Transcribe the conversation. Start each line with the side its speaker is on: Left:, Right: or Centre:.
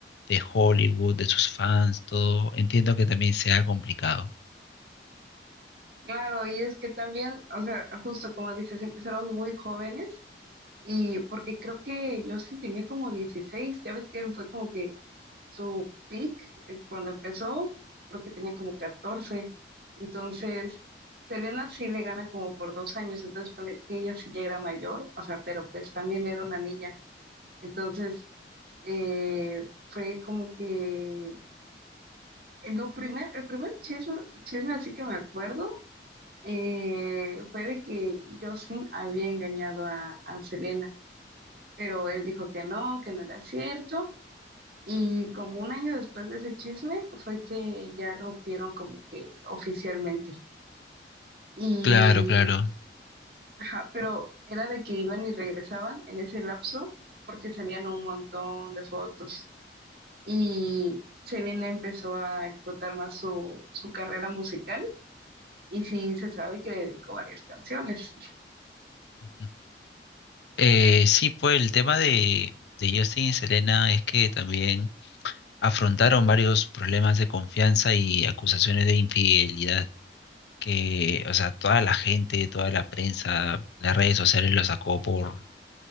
Left: de Hollywood, de sus fans, todo, entiendo que también sea complicado.
Right: Claro, y es que también, o sea, justo como dices, empezaron muy jóvenes y porque creo que yo sí tenía como dieciséis ya ves que él fue como que su peak eh, cuando empezó, creo que tenía como catorce entonces Selena sí le gana como por dos años, entonces ponle que ella sí ya era mayor, o sea, pero pues también era una niña, entonces eh, fue como que eh, lo primer, el primer chisme, chisme así que me acuerdo eh, fue de que Justin había engañado a, a Selena, pero él dijo que no, que no era cierto. Y como un año después de ese chisme fue que ya rompieron como que oficialmente. Y,
Left: Claro, claro.
Right: ajá, pero era de que iban y regresaban en ese lapso porque salían un montón de fotos. Y Selena empezó a explotar más su, su carrera musical y sí se sabe que le dedicó varias canciones.
Left: Ujú. Eh, sí, pues el tema de, de Justin y Selena es que también afrontaron varios problemas de confianza y acusaciones de infidelidad, que, o sea, toda la gente, toda la prensa, las redes sociales lo sacó por